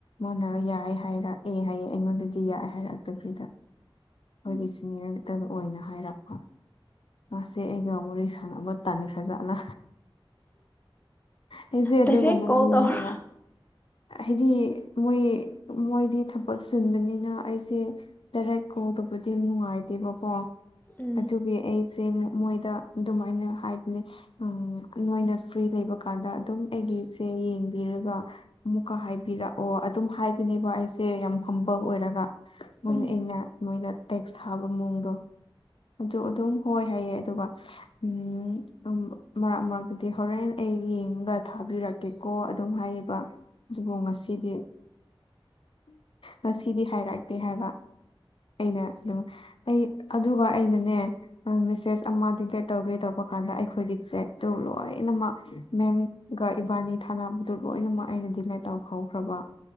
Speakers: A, on the left; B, on the left.
A: ꯃꯣꯏꯅ ꯌꯥꯏ ꯍꯥꯏꯔꯛꯑꯦ ꯍꯥꯏꯌꯦꯦ ꯑꯩꯉꯣꯟꯗꯗꯤ ꯌꯥꯏꯑꯦ ꯍꯥꯏꯔꯛꯇꯕꯤꯗ ꯑꯩꯈꯣꯏꯒꯤ
B: ꯎꯝ
A: ꯁꯤꯅꯤꯌꯔꯛꯇ ꯑꯣꯏꯅ ꯍꯥꯏꯔꯛꯄ ꯃꯥꯁꯦ ꯑꯒ ꯋꯥꯔꯤ ꯁꯥꯟꯅꯕ ꯇꯅꯤ ꯐꯖꯥꯠꯅ ꯑꯩꯁꯦ ꯑꯗꯨꯒꯨꯝꯕ
B: ꯗꯥꯏꯔꯦꯛ ꯀꯣꯜ
A: ꯃꯤꯅꯦ
B: ꯇꯧꯔ
A: ꯍꯥꯏꯕ ꯍꯥꯏꯗꯤ ꯃꯣꯏ ꯃꯣꯏꯗꯤ ꯊꯕꯛ ꯁꯤꯨꯟꯕꯅꯤꯅ ꯑꯩꯁꯦ ꯇꯔꯦꯠ ꯀꯧꯗꯕꯗꯤ ꯅꯨꯡꯉꯥꯏꯗꯦꯕꯀꯣ
B: ꯎꯝ
A: ꯑꯗꯨꯒꯤ ꯑꯩꯁꯦ ꯃꯣꯏꯗ ꯑꯗꯨꯃꯥꯏꯅ ꯍꯥꯏꯕꯅꯦ ꯎ ꯅꯣꯏꯅ ꯐ꯭ꯔꯤ ꯂꯩꯕ ꯀꯥꯟꯗ ꯑꯗꯨꯝ ꯑꯩꯒꯤꯁꯦ ꯌꯦꯡꯕꯤꯔꯒ ꯑꯃꯨꯛꯀ ꯍꯥꯏꯕꯤꯔꯛꯑꯣ ꯑꯗꯨꯝ ꯍꯥꯏꯕꯅꯦꯕ ꯑꯩꯁꯦ ꯌꯥꯝ ꯍꯝꯕꯜ ꯑꯣꯏꯔꯒ ꯃꯣꯏꯅ
B: ꯎꯝ
A: ꯑꯩꯅ ꯃꯣꯏꯅ ꯇꯦꯛꯁ ꯊꯥꯕ ꯃꯑꯣꯡꯗꯣ ꯑꯗꯨ ꯑꯗꯨꯝ ꯍꯣꯏ ꯍꯥꯏꯌꯦ ꯑꯗꯨꯒ ꯎꯝ ꯎ ꯃꯔꯛ ꯃꯔꯛꯇꯗꯤ ꯍꯣꯔꯦꯟ ꯑꯩ ꯌꯦꯡꯒ ꯊꯥꯕꯤꯔꯛꯀꯦ ꯀꯦꯀꯣ ꯑꯗꯨꯝ ꯍꯥꯏꯌꯦꯕ ꯑꯗꯨꯕꯨ ꯉꯁꯤꯗꯤ ꯃꯁꯤꯗꯤ ꯍꯥꯏꯔꯛꯇꯦ ꯍꯥꯏꯕ ꯑꯩꯅ ꯑꯗꯨ ꯑꯩ ꯑꯗꯨꯒ ꯑꯩꯅꯅꯦ ꯃꯦꯁꯦꯁ ꯑꯃ ꯗꯤꯂꯦ ꯇꯧꯒꯦ ꯇꯧꯕ ꯀꯥꯟꯗ ꯑꯩꯈꯣꯏꯒꯤ ꯆꯦꯠꯇꯨ ꯂꯣꯏꯅꯃꯛ ꯃꯦꯝ ꯑꯗꯨꯒ ꯏꯕꯥꯅꯤ ꯊꯥꯅꯕꯗꯨ ꯂꯣꯏꯅꯃꯛ ꯑꯩꯅ ꯗꯤꯂꯦ ꯇꯧꯍꯧꯈ꯭ꯔꯕ